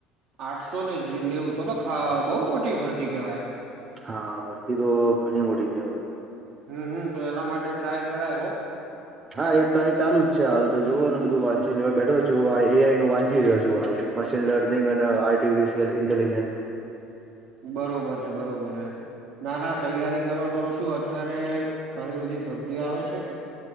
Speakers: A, on the right; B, on the right.
A: આઠસો ને નેવું તો તો બહુ મોટી ભરતી કહેવાય.
B: હા ભરતી તો ઘણી મોટી કહેવાય.
A: હમ હમ તો એના માટે ટ્રાય કરાય હો.
B: હા એ ટ્રાય ચાલુ જ છે હાલ તો જોુઓ ને બધું વાંચી લેવા બેઠો છું એ આઈ નું વાંચી રહ્યો છું હાલે. મશીન લર્નિંગ અને આર્ટિફિશયલ ઇન્ટેલિજન્સ
A: બરોબર છે બરોબર છે ના ના. તૈયારી કરો તો શું અત્યારે ઘણી બધી ભરતીઓ આવે છે.